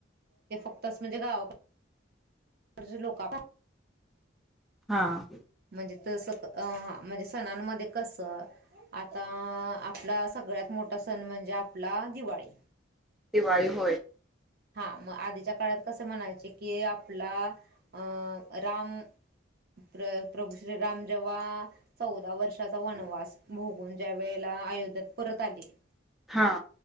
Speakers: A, on the right; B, in the centre.
A: ते फक्तंच म्हणजे गांवा अर्ज लोकं <inaudible>
B: हां
A: म्हणजे तसं अ म्हणजे सणानमध्ये कसं आता अ आप आपला सगळ्यांत मोठा सण म्हणजे आपला दिवाळी
B: दिवाळी होय.
A: हां म आधीच्या काळांत कसं म्हणायंचे की आपला अ राम प्र प्रभू श्रीराम जेव्हा चौदा वर्षांचा वनवास भोगून ज्यावेेळेला अयोध्य्याेत परतं आले
B: हां